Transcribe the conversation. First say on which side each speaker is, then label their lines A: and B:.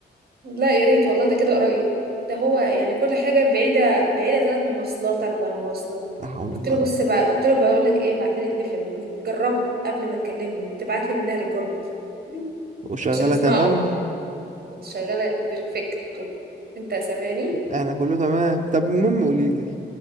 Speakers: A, on the right; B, on the right.
A: لا يا ريت والله ده كده قريب ده هو يعني كل حاجه بعيده بعيده ثلاث مواصلات اربع مواصلات
B: لا حول
A: قلت
B: الله
A: له
B: يا رب
A: بص بقى قلت له بقول لك ايه بعتها لي دليفري وتجربها قبل ما تكلمني وتبعت لي منها ريكورد <laughs>
B: وشغاله
A: عشان اسمعه
B: تمام
A: كنت شغالة بيرفكتو انت سامعني
B: انا كله تمام طب المهم قولي لي